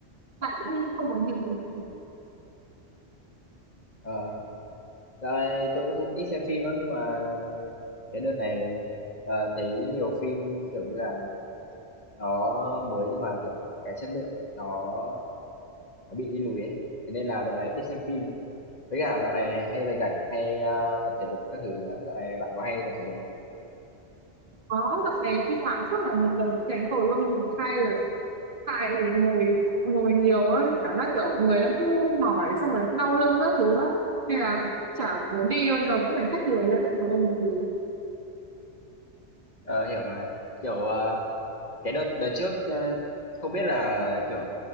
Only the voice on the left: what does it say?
Ờ, dạo này tôi cũng ít xem phim lắm nhưng mà cái đợt này ờ, thấy nhiều phim kiểu như là nó mới nhưng mà kiểu cái chất lượng nó, nó bị đi lùi ấy. Thế nên là dạo này ít xem phim. Với cả dạo này hay rảnh rảnh hay ờ, tập thể dục các thứ nữa. Dạo này bạn có hay tập thể dục không?
Ờ, hiểu mà. Kiểu ờ, cái đợt đợt trước ờ, không biết là kiểu